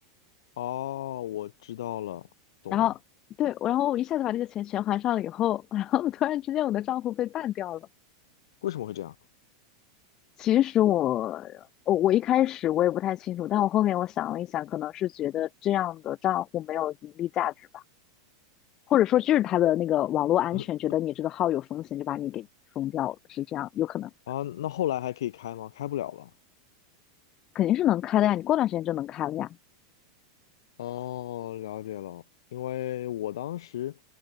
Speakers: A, on the left; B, on the left.
A: 哦，我知道了，懂了，
B: 然后对，然后我一下子把这个钱全还上了以后，然后突然之间我的账户被办掉了，
A: 为什么会这样？
B: 其实我我我一开始我也不太清楚，但我后面我想了一想，可能是觉得这样的账户没有盈利价值吧，或者说就是他的那个网络安全，
A: 嗯
B: 觉得你这个号有风险，就把你给封掉了，是这样，有可能，
A: 啊，那后来还可以开吗？开不了了。
B: 肯定是能开的呀，你过段时间就能开了呀。
A: 哦，了解了，因为我当时，